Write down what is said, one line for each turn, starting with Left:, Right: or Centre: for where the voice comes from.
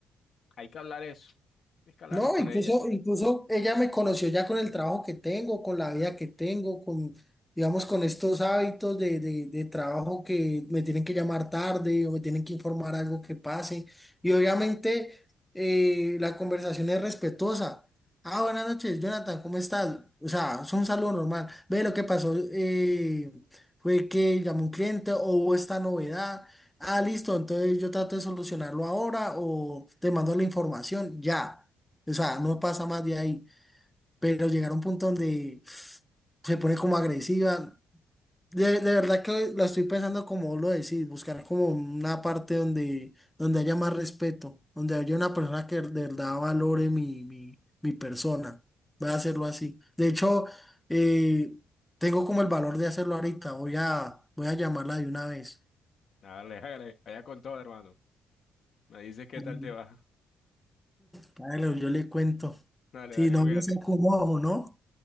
Left: Hay que hablar eso. Hay que hablarlo
Centre: No,
Left: con
Centre: incluso,
Left: ella.
Centre: incluso ella me conoció ya con el trabajo que tengo, con la vida que tengo, con, digamos, con estos hábitos de, de, de trabajo que me tienen que llamar tarde o me tienen que informar algo que pase. Y obviamente eh, la conversación es respetuosa. Ah, buenas noches, Jonathan, ¿cómo estás? O sea, es un saludo normal. Ve, lo que pasó eh, fue que llamó un cliente o hubo esta novedad. Ah, listo, entonces yo trato de solucionarlo ahora o te mando la información, ya. O sea, no pasa más de ahí. Pero llegar a un punto donde se pone como agresiva. De, de verdad que la estoy pensando como vos lo decís, buscar como una parte donde, donde haya más respeto, donde haya una persona que de verdad valore mi, mi, mi persona. Voy a hacerlo así. De hecho, eh, tengo como el valor de hacerlo ahorita. Voy a, voy a llamarla de una vez.
Left: Dale, <laughs> dale, allá con todo, hermano. Me dices qué
Centre: Mm,
Left: tal te va.
Centre: claro, yo le cuento.
Left: Dale,
Centre: Si
Left: dale,
Centre: no
Left: cuídate.
Centre: me saco un ojo, ¿no?